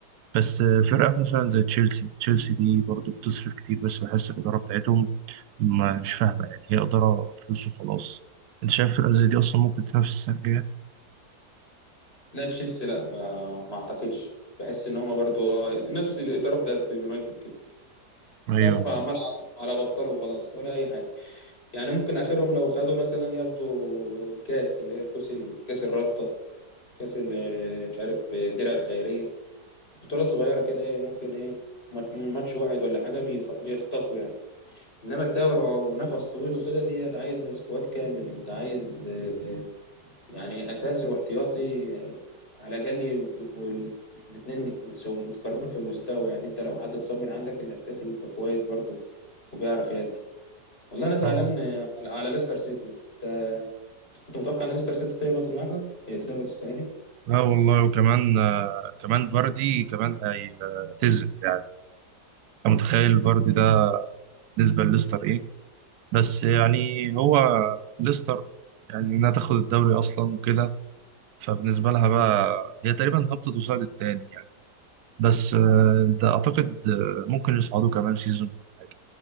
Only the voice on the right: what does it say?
بس آه، فرقة مثلا زي تشيلسي تشيلسي دي برضو بتصرف كتير بس بحس الإدارة بتاعتهم ما- مش فاهمة يعني هي إدارة فلوس وخلاص أنت شايف فرقة زي دي أصلا ممكن تنافس السنة الجاية؟
أيوه
آه.
لا والله وكمان آه، كمان فاردي كمان هيعتزل يعني أنت متخيل فاردي ده بالنسبة لليستر إيه؟ بس يعني هو ليستر يعني إنها تاخد الدوري أصلا وكده فبالنسبة لها بقى هي تقريبا هبطت وصعدت تاني يعني بس آه، ده أعتقد آه، ممكن يصعدوا كمان سيزون حاجة